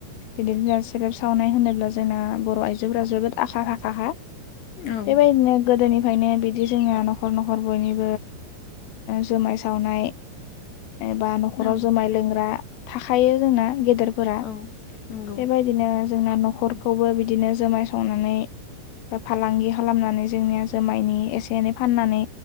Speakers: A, on the left (about 85°); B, on the left (about 65°).
A: बिदिनो जोंहा सेरेब सावनाय होनोब्ला जोंना बर' आयजोफोरा जोबोद आखा फाखा बेबायदिनो
B: औ
A: गोदोनिफ्रायनो बिदि जोङा न'खर न'खर बयनिबो जुमाय सावनाय एबा न'खराव
B: औ
A: जुमाय लोंग्रा थाखायो जोंना गेदेरफोरा
B: औ नंगौ
A: बेबायदिनो जोंना न'खरखौबो बिदिनो जुमाय संनानै बा फालांगि खालामनानै जोंनिया जोमायनि एसे एनै फाननानै